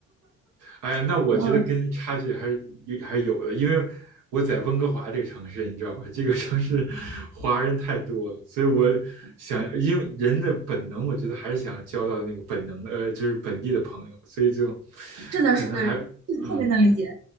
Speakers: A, on the right; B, on the right.
A: 哎呀，那我觉得跟差距还是有还是有的，
B: 嗯，
A: 因为我在温哥华这个城市，你知道吧？这个城市华人太多了，所以我想，因为人的本能，我觉得还是想要交到那个本能的，呃，就是本地的朋友，所以就
B: 是的，
A: 可能还嗯。
B: 是的，特特别能理解。